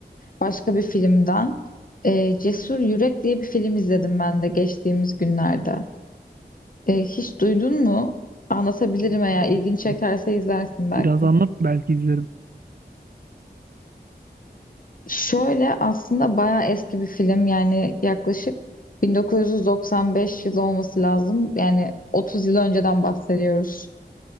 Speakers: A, on the left; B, on the right.
A: Başka bir filmden. E, Cesur Yürek diye bir film izledim ben de geçtiğimiz günlerde. E, hiç duydun mu? Anlatabilirim
B: Hayır,
A: eğer
B: duymamıştım.
A: ilgin çekerse izlersin belki.
B: Biraz anlat belki izlerim.
A: Şöyle aslında bayağı eski bir film yani yaklaşık 1995 yılı olması lazım. Yani 30 yıl önceden bahsediyoruz.